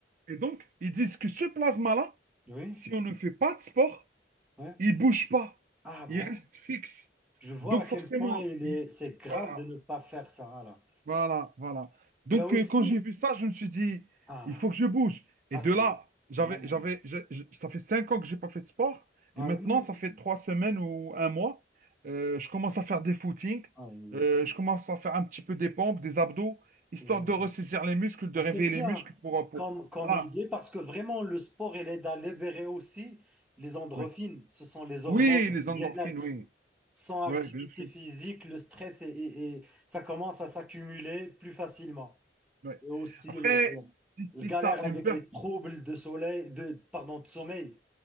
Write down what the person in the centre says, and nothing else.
Oui.
Ouais.
Ah bon.
Je vois
à quel
point il
est, c'est grave
de ne pas faire ça alors.
Il y a aussi.
Ah.
Ah,
c'est,
c'est normal.
Ah
oui.
Ah oui.
oui.
Ah, C'est
bien
comme, comme
idée parce que vraiment le sport il aide à libérer aussi les endorphines,
ce sont les hormones
du
bien-être.
Sans activité
physique, le stress est- est- est- ça commence à s'accumuler plus facilement.
Et aussi
le,
le-
galère
avec
les troubles de soleil, de, pardon, de sommeil.